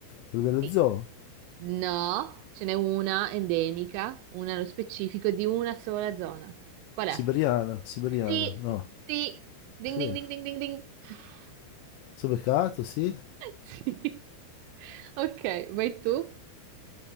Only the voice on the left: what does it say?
Quello dello
zoo?
Siberiana,
siberiana.
No.
Sì.
Sono beccato, sì.